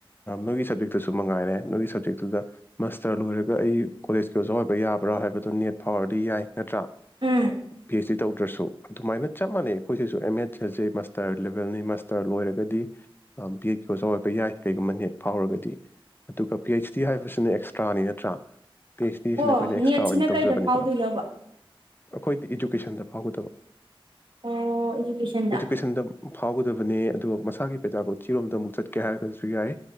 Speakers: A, on the left (about 20°); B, on the right (about 60°).
A: ꯅꯣꯏꯒꯤ ꯁꯞꯖꯦꯛꯇꯨꯁꯨ ꯃꯉꯥꯏꯔꯦ ꯀꯔꯤ ꯁꯕꯖꯦꯛꯛꯇꯨꯗ ꯃꯁ ꯁꯥꯔ ꯂꯣꯏꯔꯒ ꯑꯩ ꯀꯣꯂꯦꯖꯀꯤ ꯑꯣꯖꯥ ꯑꯣꯏꯕ ꯌꯥꯕ꯭ꯔꯥ ꯍꯥꯏꯕꯗꯨꯣ ꯅꯦꯠ ꯐꯥꯎꯔꯗꯤ ꯌꯥꯏ ꯅꯠꯇ꯭ꯔ
B: ꯎꯝ
A: ꯄꯤ ꯍꯩꯁ ꯗꯤ ꯇꯧꯗ꯭ꯔꯁꯨ ꯑꯗꯨꯃꯥꯏ ꯆꯞ ꯃꯥꯟꯩ ꯑꯩꯈꯣꯏ ꯑꯗꯨ ꯑꯦꯝ ꯑꯦꯠ ꯍꯥꯏꯁꯦ ꯃꯥꯁꯇꯔ ꯂꯦꯕꯦꯜꯅꯤ ꯃꯥꯁꯇꯔ ꯂꯣꯏꯔꯒꯗꯤ ꯕꯤ ꯑꯩꯠ ꯀ ꯑꯣꯖꯥ ꯑꯣꯏꯕ ꯌꯥꯏ ꯀꯩꯒꯨꯝꯕ ꯅꯦꯠ ꯐꯥꯎꯔꯒꯗꯤ ꯑꯗꯨꯒ ꯄꯤ ꯑꯩꯩꯆ ꯗꯤ ꯍꯥꯏꯕꯁꯤꯅ ꯑꯦꯛꯁꯇ꯭ꯔꯥꯅꯤ ꯅꯠꯇ꯭ꯔꯥ ꯄꯤ ꯑꯩꯆ ꯗꯤ ꯁꯤꯅ
B: ꯑꯣ
A: ꯑꯩꯈꯣꯏꯅ ꯑꯦꯛꯁꯇ꯭ꯔꯥ
B: ꯅꯦꯠꯁꯤꯅ
A: ꯑꯣꯏꯅ ꯇꯧꯖꯕꯅꯤꯗꯅ
B: ꯀꯩꯗ ꯐꯥꯎꯗꯣꯏꯅꯣꯕ
A: ꯑꯩꯈꯣꯏꯗꯤ ꯏꯖꯨꯀꯦꯁꯟꯗ ꯐꯥꯎꯒꯗꯕ
B: ꯑꯣ ꯏꯖꯨꯀꯦꯁꯟꯗ
A: ꯏꯗꯨꯀꯦꯁꯟꯗ ꯐꯥꯎꯒꯗꯕ ꯑꯗꯨꯒ ꯃꯁꯥꯒꯤ ꯄꯦꯖꯀꯣꯖꯤꯤꯔꯣꯝꯗ ꯑꯃꯨꯛ ꯆꯠꯀꯦ ꯍꯥꯏꯔꯒꯁꯨ ꯌꯥꯏ